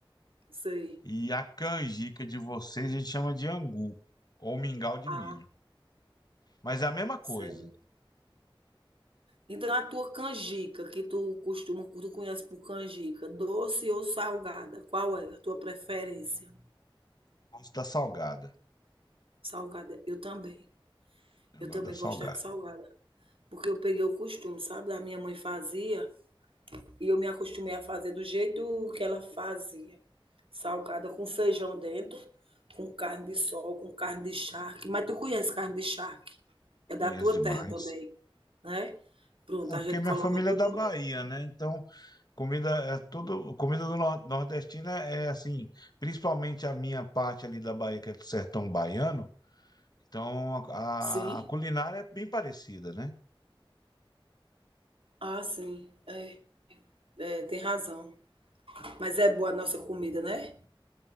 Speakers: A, on the right; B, on the left.
A: Sei.
B: E a canjica de vocês a gente chama de angu ou mingau de
A: Ah,
B: milho. Mas é a mesma coisa.
A: sei. Então a tua canjica, que tu costuma, tu conhece por canjica, doce ou salgada? Qual é a tua preferência?
B: Gosto da salgada.
A: Salgada. Eu também.
B: Eu
A: Eu
B: gosto
A: também
B: da salgada.
A: gosto da salgada. Porque eu peguei o costume, sabe? A minha mãe fazia e eu me acostumei a fazer do jeito que ela fazia. Salgada com feijão dentro, com carne de sol, com carne de charque. Mas tu conhece carne de charque? É da
B: Conheço
A: tua
B: demais.
A: terra também, né? Pronto,
B: É
A: a
B: porque
A: gente
B: minha
A: coloca
B: família
A: tudo
B: é da
A: dentro.
B: Bahia, né? Então, comida é tudo. Comida do nor- nordestino é é assim, principalmente a minha parte ali da Bahia, que é do sertão baiano. Então, a,
A: Sim?
B: a culinária é bem parecida, né?
A: Ah, sim. É, é, tem razão. Mas é boa a nossa comida, né?